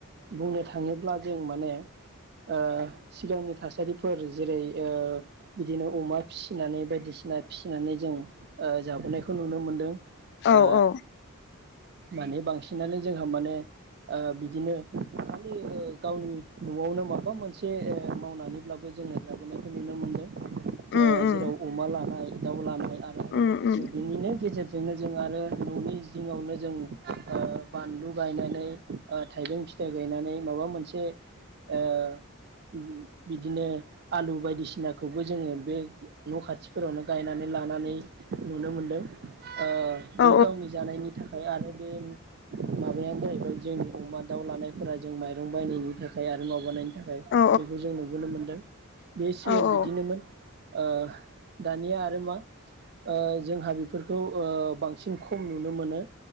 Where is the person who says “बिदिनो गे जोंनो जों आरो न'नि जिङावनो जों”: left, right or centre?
Right